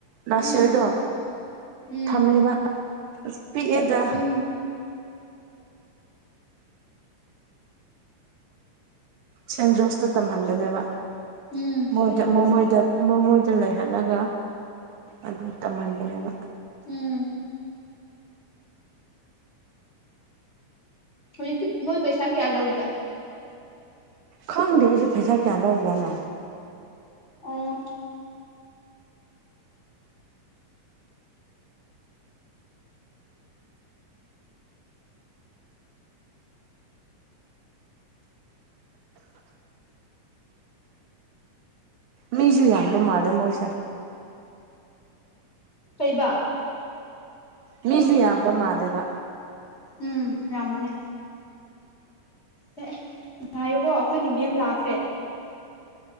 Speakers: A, on the right; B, on the left.
A: ꯂꯥꯁ
B: ꯎꯝ
A: ꯌꯔꯗꯣ
B: ꯎꯝ
A: ꯊꯝꯃꯦꯕ ꯑꯁ ꯄꯤꯛꯑꯦꯗ
B: ꯎꯝ
A: ꯁꯦꯟꯖꯣꯁꯇ ꯇꯝꯍꯟꯕꯅꯦꯕ
B: ꯎꯝ
A: ꯃꯣꯏꯗ ꯃꯣꯃꯣꯏꯗ ꯃꯃꯣꯏꯗ ꯂꯩꯍꯜꯂꯒ ꯑꯗꯨ ꯇꯝꯍꯟꯕꯅꯦꯕ
B: ꯎꯝ ꯍꯧꯖꯤꯛꯇꯤ ꯃꯣꯏ ꯄꯩꯁꯥ ꯀꯌꯥ ꯂꯧꯒꯦ
A: ꯈꯪꯗꯦ ꯑꯩꯁꯨꯦ ꯄꯩꯁꯥ ꯀꯌꯥ ꯂꯧꯖꯥꯠꯅꯣ
B: ꯑꯣ
A: ꯃꯤꯁꯨ ꯌꯥꯝꯕ ꯃꯥꯜꯂꯦ ꯃꯣꯏꯁꯦ
B: ꯀꯩꯕ
A: ꯃꯤꯁꯨ ꯌꯥꯝꯕ ꯃꯥꯜꯂꯦꯕ
B: ꯎꯝ ꯌꯥꯝꯕꯅꯦ ꯑꯦ ꯑꯦ ꯉꯥꯏꯌꯨꯀꯣ ꯑꯩꯈꯣꯏꯒꯤ ꯃꯦꯝ ꯂꯥꯛꯈ꯭ꯔꯦ